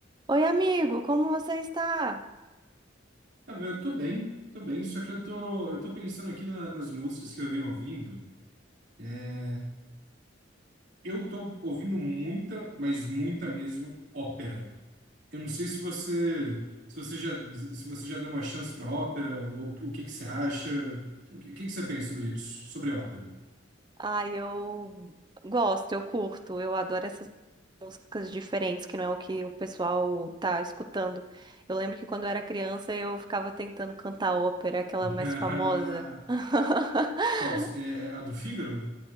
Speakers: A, on the right; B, on the right.
A: Oi, amigo, como você está?
B: Ah, velho, eu tô bem, tô bem, só que eu tô, eu tô pensando aqui na- nas músicas que eu venho ouvindo. É, Eu tô ouvindo muita, mas muita mesmo, ópera. Eu não sei se você, se você já, se você já deu uma chance pra ópera, ou o que que você acha, o que, o que que você pensa sobre isso, sobre ópera?
A: Ai, eu gosto, eu curto, eu adoro essas músicas diferentes, que não é o que o pessoal tá escutando. Eu lembro que quando eu era criança eu ficava tentando cantar ópera, aquela
B: <laughs>
A: mais famosa. <laughs>
B: Qual? É, é a do Fígaro?